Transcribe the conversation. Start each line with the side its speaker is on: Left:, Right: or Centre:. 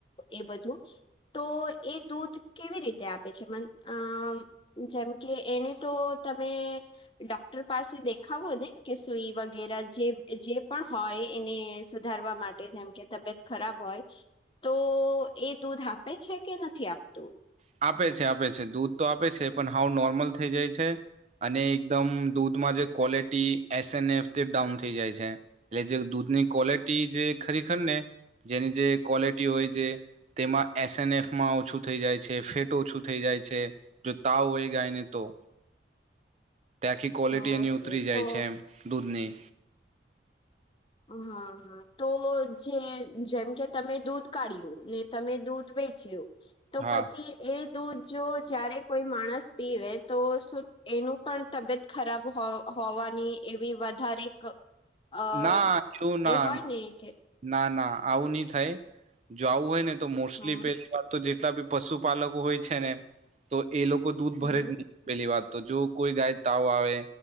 Left: એ બધું તો એ દૂધ કેવી રીતે આપ જેમ કે એને તો તમે ડોક્ટર પાસે દેખાવો ને કે સુઈ વગેરે જે જે પણ હોય એને સુધારવા માટે જેમ કે તબિયત ખરાબ હોય તો એ દૂધ આપે છે. કે નથી આપતું
Right: આપે છે. આપે છે. દૂધ તો આપે છે. પણ હાવ નોર્મલ થઈ જાય છે. અને એકદમ દૂધમાં જે ક્વોલિટી એસએન એફથી ડાઉન થઈ જાય છે. એટલે જે દૂધની ક્વોલિટી જે ખરેખર ને જેની જે ક્વોલિટી હોય છે તેમાં એસએનએફમાં ઓછું થઈ જાય છે. ફેટ ઓછું થઈ જાય છે. જો તાવ હોય ગાયને તો તે આખી ક્વોલિટી
Left: ઓકે
Right: એની ઉતરી જાય
Left: તો
Right: છે એમ દૂધની
Left: હ હા હા તો જે જેમ કે તમે દૂધ કાઢ્યું ને તમે દૂધ વેચ્યું? તો
Right: હા
Left: પછી એ દૂધ જો જયારે કોઈ માણસ પીવે તો શ એનું પણ? તબિયત ખરાબ હો હોવાની એવી વધારે અ
Right: ના એવું
Left: એ
Right: ના
Left: હોય ને કે
Right: ના ના આવું નહી થાય, જો આવું હોય ને તો મોસ્ટલી
Left: હા
Right: પે તો જેટલા બી પશુપાલકો હોય છે. ને તો એ લોકો દૂધ
Left: હમ
Right: ભરે જ નહીં પેલી વાત તો જો કોઈ ગાય તાવ આવે